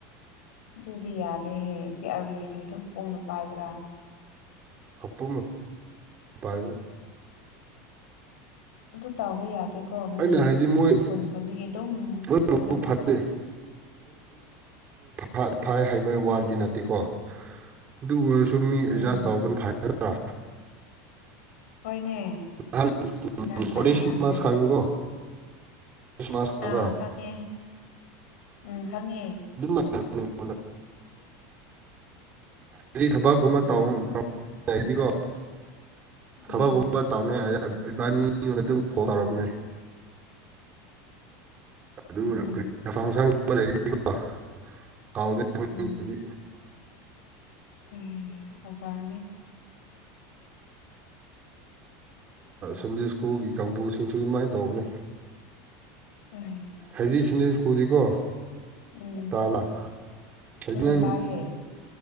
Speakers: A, on the left; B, on the right.
A: ꯑꯗꯨꯗꯤ ꯌꯥꯗꯦꯍꯦ ꯁꯤ ꯑꯥꯔꯕꯤꯒꯤꯁꯤ ꯊꯣꯛꯄꯣꯡꯅ ꯄꯥꯏꯕ꯭ꯔꯥ
B: ꯍꯥꯄꯝ ꯄꯨꯝ
A: ꯑꯗꯨ ꯇꯕ ꯌꯥꯗꯦꯀꯣ ꯃꯤ
B: ꯑꯩꯅ ꯍꯥꯏꯗꯤ ꯃꯣꯏ
A: ꯈꯣꯟ ꯈꯣꯟꯗꯒꯤ ꯑꯗꯨꯝ
B: ꯃꯣꯏ
A: ꯄꯣꯜꯂꯒ
B: ꯃꯕꯨꯛ ꯐꯠꯇꯦ ꯍꯥꯠ ꯐꯥꯏ ꯍꯥꯏꯕ ꯋꯥꯔꯗꯤ ꯅꯠꯇꯦꯀꯣ ꯑꯗꯨ ꯑꯣꯏꯔꯁꯨ ꯁꯨꯝ ꯃꯤ ꯑꯦꯗꯖꯁ
A: ꯎꯝ
B: ꯇꯧꯕꯅ ꯐꯒꯗ꯭ꯔꯥ
A: ꯍꯣꯏꯅꯦ
B: ꯍ
A: ꯑꯦꯖꯥꯁ ꯇꯥꯒꯗꯕꯅꯦ
B: ꯑꯣꯔꯤꯁꯃꯁ ꯀꯥꯡꯪꯒꯣ ꯃꯔꯥ
A: ꯑꯥ ꯈꯪꯉꯦ ꯎꯝ ꯍꯪꯉꯦ
B: ꯑꯩꯉꯣꯟꯗ ꯍꯥꯏꯗꯤ ꯊꯕꯛꯀꯨꯝꯕ
A: ꯎꯝ
B: ꯇ ꯌꯥꯗꯤ ꯀꯣ
A: ꯎꯝ
B: ꯊꯕꯛꯒꯨꯝꯕ ꯇꯧꯅꯤꯡꯉꯥꯏ ꯏꯕꯥꯅꯤꯉꯣꯟꯗ ꯑꯗꯨꯝ ꯐꯣꯟꯜ ꯇꯧꯔꯝꯅꯦ ꯂꯤꯔꯣ
A: ꯎꯝ
B: ꯑꯗꯨ ꯐ ꯁꯥꯡ ꯃꯔꯤꯗꯤꯀꯣ ꯀꯥꯎꯗ <unintelligible>
A: ꯎꯝ ꯑꯦ ꯑꯣꯕꯥꯔꯅꯦ
B: ꯁꯨꯟꯗꯦꯁꯀꯣꯒꯤ ꯀꯥꯡꯕꯨꯁꯤꯡꯁꯨ ꯑꯗꯨꯃꯥꯏꯅ ꯇꯧꯕꯅꯦ
A: ꯑꯦ
B: ꯍꯥꯏꯗꯤꯁ ꯀꯨꯗꯤꯀꯣ
A: ꯎꯝ
B: ꯇꯥꯕꯂꯥ ꯑꯗꯨꯗꯤꯪ
A: ꯎꯝ ꯇꯥꯏꯌꯦ